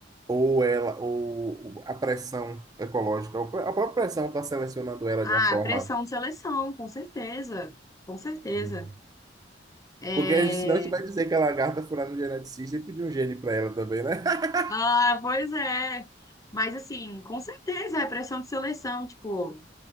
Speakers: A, on the right (about 20°); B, on the left (about 20°).
A: ou ela, ou a pressão ecológica, ou a própria pressão está selecionando ela
B: Ah,
A: de uma forma...
B: pressão de seleção, com certeza. Com certeza.
A: hum,
B: É...
A: Porque a gente- senão a gente vai dizer que a lagarta foi lá no geneticista e pediu um gene para ela também, né? <laughs>
B: Ah, pois é. Mas assim, com certeza é pressão de seleção, tipo,